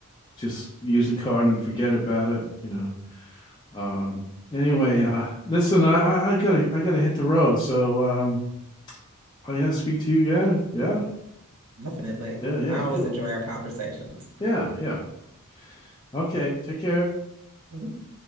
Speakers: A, on the left; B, on the right.
A: just use a card and forget about it, you know. Um anyway,
B: Yeah,
A: uh listen, I I, I gotta I gotta hit the road. So um I gotta speak to you again. Yeah?
B: definitely.
A: Yeah, yeah,
B: I always
A: cool.
B: enjoy our conversations.
A: Yeah, yeah. Okay, take care.
B: Mhm.